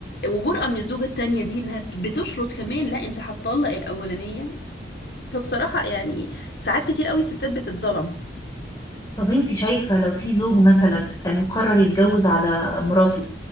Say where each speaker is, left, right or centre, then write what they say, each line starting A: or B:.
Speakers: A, on the left; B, on the left.
A: وجرأة من الزوجه التانيه دي انها بتشرط كمان لا انت هتطلق الاولانيه فبصراحه يعني ساعات كتير قوي الستات بتتظلم
B: طب انت شايفه لو في زوج مثلا آه، مقرر يتجوز على مراته